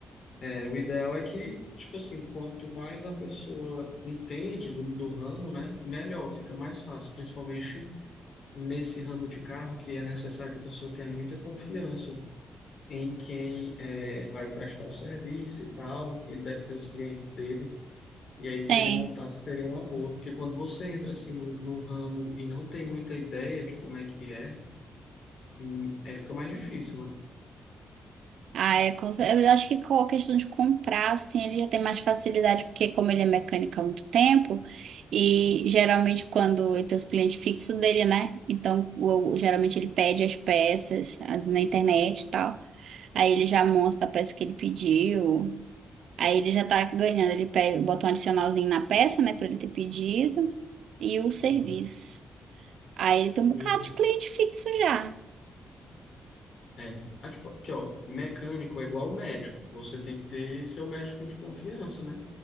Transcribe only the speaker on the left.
é, o ideal é que, tipo assim, quanto mais a pessoa entende do, do ramo, né, melhor, fica mais fácil, principalmente nesse ramo de carro, que é necessário que a pessoa tenha muita confiança em quem é, vai prestar o serviço e tal, ele deve ter os clientes dele, e aí se
ele montasse seria uma boa, porque quando você entra assim no, no ramo e não tem muita ideia de como é que é, hum, aí fica mais difícil, né?
Hum,
pois
é.
É, Ah, tipo, aqui ó, mecânico é igual médico, você tem que ter seu médico de confiança, né?